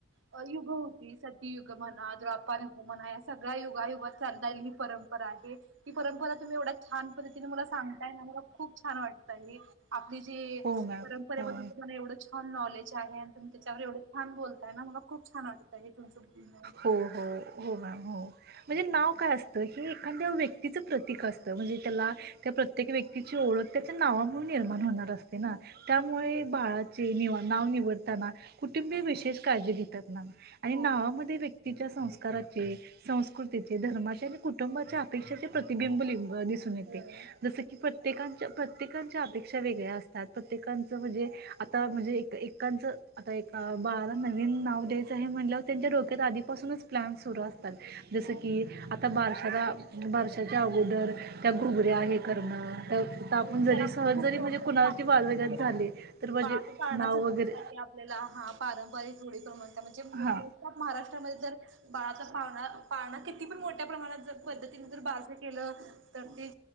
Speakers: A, on the right; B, on the right.
A: अ युग होती, सतीयुग म्हणा द््रवापार युग म्हणा, या सगळ्या युगायुगात चालतायली ही परंपरा आहे. ती परंपरा तुम्ही एवढ्या छान पद्धतीने मला सांग. ताई आम्हाला खूप छान वाटतय. हे आपली जी
B: हो मॅम
A: परंपरे
B: हो
A: बद्दल, तुम्हाला एवढं छान नॉलेज आहे. आणि तुम्ही त्याच्यावर एवढं छान बोलताय ना, मला खूप छान वाटत. तरी तुमचं म्हणन,
B: हो हो हो मॅम हो म्हणजे नाव काय असतं. हे एखांद्या व्यक्तीचं प्रतीक असतं. म्हणजे त्याला, त्या प्रत्येक व्यक्तीची ओळख त्याच्या नावामुळेून निर्माण होणार असते ना. त्यामुळे बाळाचे निव नाव निवडताना कुटुंबीय विशेष काळजी घेतात. मॅम, आणि
A: हो
B: नावामध्ये व्यक्ती, तिच्या संस्काराचे, संस्कृतीचे, धर्माचे आणि कुटुंबाच्या अपेक्षाचे प्रतिबिंब लिह दिसून येते
A: हो
B: जस की की प्रत्येकांच्या प्रत्येकांच्या अपेक्षा वेगळ्या असतात प्रत्येकांचं म्हणजे आता म्हणजे एक एकांच आता एका बाळाला नवीन नाव द्यायचं आहे म्हंटल्याव त्यांच्या डोक्यात आधीपासूनच प्लाॅन सुरू असतात जसं
A: हो.
B: की आता बारशाला बारशाच्या अगोदर त्या घुगऱ्या हे करणं त्या आता आपण
A: हो,
B: जरी
A: त्याला पण
B: सहज
A: खूप
B: जरी म्हणजे कुणाची
A: सांस्कृतिक
B: बाजू आयकायची
A: आहे.
B: झाली तर म्हणजे
A: बाळ पाळण्यासाठी
B: नाव वगैरे
A: आपल्याला हा पारंपरिक रूढी परंपरा म्हणजे
B: हा
A: मोस्ट ऑफ महाराष्ट्रामध्ये जर बाळाचा पाळणा पाळणा किती पण मोठ्या प्रमाणात जर पद्धतीने जर बारस केलं तर ते